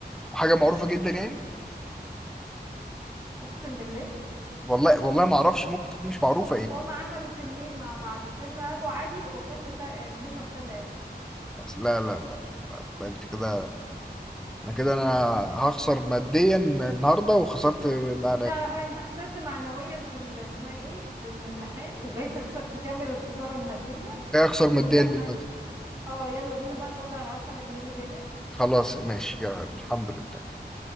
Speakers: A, in the centre; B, on the right.
A: حاجه معروفه جدا يعني
B: فاقسم بالله
A: والله والله ما اعرفش ممكن تكون مش معروفه
B: أصل
A: يعني
B: هما عملوا فيلمين مع بعض فيلم ابو علي وفيلم تا- مهمه في تل ابيب
A: لا لا لا لا، انت كده انا كده انا هخسر ماديا النهارده وخسرت انا
B: انت غ- انت خسرت معنويا في ال- اسمها ايه في الامتحان وجاي تخسر تكمل الخساره الماديه
A: هخسر
B: وانت
A: ماديا
B: ما-
A: دلوقتي
B: اه يلا بينا بقى طلع العشرة جنيه اللي جايه
A: خلاص ماشي يا الحمد لله